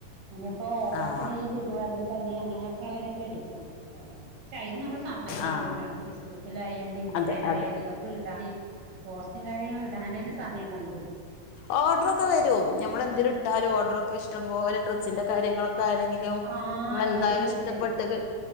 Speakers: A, on the right; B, on the left.
A: പിന്ന ഇപ്പൊ
B: ആഹ്
A: ഓണത്തിന് ഈ തിരുവാതിര കളി അങ്ങനെയൊക്കെള്ളവരൊക്കെ എടുക്കും കൊറെ ക്ഷേ അയ്ന് നമ്മള് സമയം കണ്ടുപിടിക്കണം
B: ആഹ്
A: ഫേസ്ബുക്കിലായാലും ഇൻസ്റ്റയിലായാലും
B: അതെ അതെ
A: ഇതൊക്കെ ഇടാന് പോസ്റ്റും കാര്യങ്ങളും ഇടാൻ തന്നെ സമയം കണ്ടു
B: ഓർഡർ ഒക്കെ വരും ഞമ്മള് എന്തേലും ഇട്ടാലും ഓർഡറൊക്കെ ഇഷ്ടം പോലെ ഡ്രസ്സിന്റെ കാര്യങ്ങളൊക്കെ ആയണെങ്കിലും
A: ആ
B: വെൽദായാല്
A: വരുമൊക്കെ
B: ഇഷ്ടപ്പെട്ടത്
A: ചെയ്യും